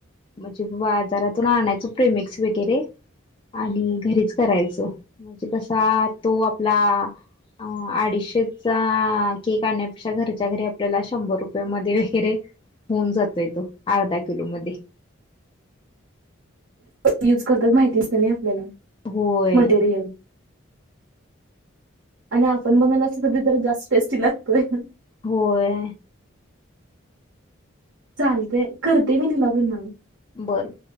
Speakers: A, on the left (about 25°); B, on the right (about 75°).
A: म्हणजे बाजारातून आणायचो प्रिमिक्स वगैरे आणि घरीच करायचो, म्हणजे कसा तो आपला अ अडीचशेचा केक आणण्यापेक्षा घरच्या घरी आपल्याला शंभर रुपयामध्ये वगैरे होऊन जातोय तो अर्धा किलो मध्ये.
B: युज करतात माहिती असतय ना आपल्याला
A: होय
B: मटेरियल आणि आपण बनवलेल अस कधीतरी जास्त टेस्टी लागतोय.
A: होय
B: चालतय करते मी तुला पुन्हा.
A: बर बर